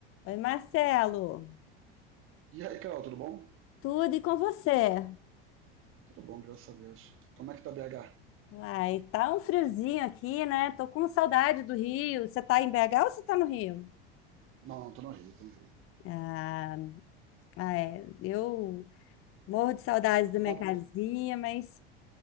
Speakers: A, on the left; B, on the right.
A: Oi, Marcelo,
B: E aí, Carol, tudo bom?
A: tudo e com você?
B: Tudo bom, graças a Deus. Como é que tá BH?
A: Uai, tá um friozinho aqui, né? Tô com saudade do Rio. Você tá em BH ou você tá no Rio?
B: Não, não, tô no Rio, tô no Rio.
A: Ah, ah, é. Eu morro de saudades da
B: Tá
A: minha
B: bom.
A: casinha, mas